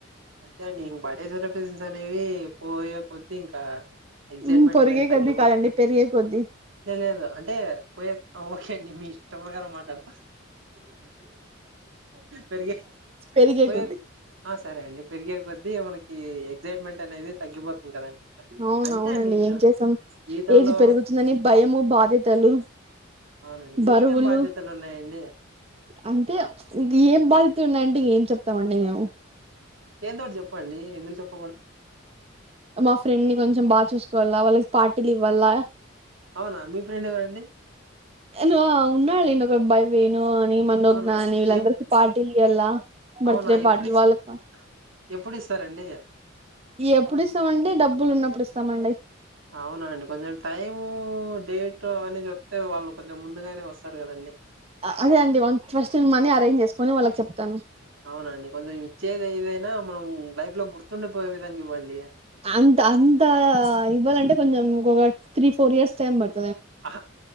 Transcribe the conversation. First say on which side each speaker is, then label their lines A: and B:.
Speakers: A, on the right; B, on the right.
A: అంతే అండి ఇన్ బడే సెలబ్రేషన్స్ అనేవి పోయే కొద్ది ఇంకా ఎగ్జైట్మెంట్
B: హ్మ్ పొరిగే
A: అనేది తగ్గిపోతా
B: కొద్ది కాదండి పెరిగే కొద్ది
A: లే లేదు అంటే పోయే ఓకే అండి మీష్ ష్ట ప్ర్రకారం మాట్లాడత పెరిగే
B: పెరిగేకొద్దీ
A: పోయే ఆ సరే అండి పెరిగే కొద్దీ మనకి ఎగ్జైట్మెంట్ అనేది తగ్గిపోతుంది కదండి
B: అవున
A: అంతే
B: అవునండి
A: అండి ఇంకా
B: ఏం చేస్తం
A: జీవితంలో
B: ఏజ్ పెరుగుతుందని భయము బాధ్యతలు
A: అవునండి అరె మీకేం
B: బరువులు
A: బాధ్యతలు ఉన్నయండి
B: అంటే ఇంక ఏం బాధ్యతలు ఉన్నాయంటే ఇంక ఏం చెప్తామండి మేము
A: ఏందోటి చెప్పండి ఎందుకు చెప్ప
B: మా ఫ్రెండ్ ని కొంచెం బాగా చూసుకోవాలా వాళ్ళకి పార్టీలు ఇవ్వాలా
A: అవునా మీ ఫ్రెండ్ ఎవరండి
B: అను ఉన్నాడు లేండి అబ్బాయి వేణు అని మనోజ్ఞ
A: అవునా
B: అని వీళ్ళందరికీ
A: ఏం
B: పార్టీ ఇయ్వాల బర్త్డే
A: అవునా
B: పార్టీలు
A: ఎప్పుడు ఇస్త
B: వాళ్ళకి
A: ఎప్పుడు ఇస్తారండి
B: ఎప్పుడు ఇస్తామంటెే డబ్బులు ఉన్నప్పుడు ఇస్తామండి
A: అవున అండి కొంచెం టైం డేట్ అవన్నీ చేప్తే వాళ్ళు కొంచెం ముందుగానే వస్తారు కదండి
B: అదే అండి వా ఫస్ట్ సిని మనీ అరేంజ్ చేసుకొని వాళ్ళకి చెప్తాను
A: అవునండి కొంచెం ఇచ్చేది ఏదైనా మనం లైఫ్ లో గుర్తుండిపోయే విధంగా ఇవ్వండి
B: అంత అంత ఇవ్వాలంటే కొంచెం ఒక త్రీ ఫోర్ ఇయర్స్ టైం పడుతుంది
A: అహా